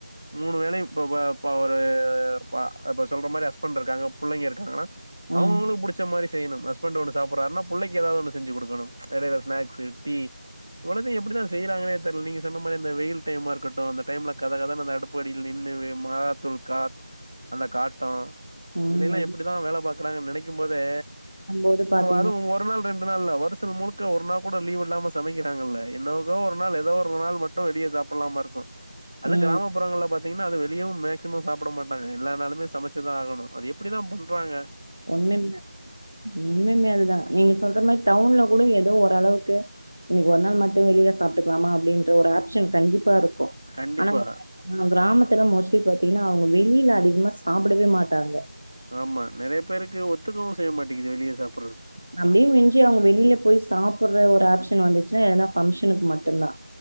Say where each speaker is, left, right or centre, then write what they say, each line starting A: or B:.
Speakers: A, on the right (about 60°); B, on the right (about 85°).
A: மூணு வேளையு இப்பப்ப ப்ப ஒரு பா இப்ப சொல்ற மாரி ஹஸ்பண்ட் இருக்காங்க புள்ளைங்க இருக்காங்கனா அவ்ங்கவுங்களுக்கு
B: ம்
A: புடிச்ச மாரி செய்யினும் ஹஸ்பண்ட் ஒன்னு சாப்புறாருன்னா புள்ளைக்கி ஏதாவது ஒன்னு செஞ்சி குடுக்கணு எடையில ஸ்நாக்ஸு டீ இவ்ளத்தையு எப்டி தா செய்றாங்கனே தெர்ல நீங்க சொன்ன மாரி இந்த வெயில் டைமா இருக்கட்டு அந்த டைம்ல கத கதனு அந்த அடுப்படியில நின் னு வே மொளகாத்தூள் காட் அந்த காட்டோ
B: ம்
A: இதுல எல்லா எப்டிதா வேல பாக்குறாங்கனு நெனைக்கும் போதே
B: போது பாத்தீங்க
A: அதுவு ஒரு நாள் ரெண்டு அப்டிலா இல்ல வருஷல் முழுக்க ஒரு நாள் கூட லீவ் இல்லாம சமைக்கிறாங்கல்ல என்னகோ ஒரு நாள் எதோ ஒரு நாள் மட்டு வெளிய சா ப்பல்லாமா இருக்கு அது
B: ம்
A: கிராமப்புறங்கள்ல பாத்திங்னா அது வெளியவு மேக்சிமம் சாப்ட மாட்டாங்க எல்லா நாளுமே சமைச்சுதா ஆகணு அது எப்பிடிதா பண்றாங்க
B: உண்மயால்மே உண்மயுமே அதுதா நீங்க சொல்ற மாரி டவுன்ல கூட எதோ ஓரளவுக் கு இன்னைக்கு ஒரு நாள் மட்டு வெளில சாப்ட்டுக்லாமா அப்டின்ற ஒரு ஆப்ஷன் கண்டிப்பா இருக் கு
A: கண்டிப்பா.
B: ஆனா அந்த கிராமத்துல மோஸ்ட்லி பாத்திங்னா அவுங்க வெளில அதிகமா சாப்டவே மாட்டாங்க
A: ஆமா நறைய பேருக்கு ஒத்துக்கவு செய்ய மாட்டேங்கிது வெளிய சாப்
B: அப்படியு மிஞ்சி அவுங்க வெளில போய் சாப்படுற ஒரு ஆப்ஷன் வந்துச் னா எதனா பங்க்ஷனுக்கு மட்டுந்தா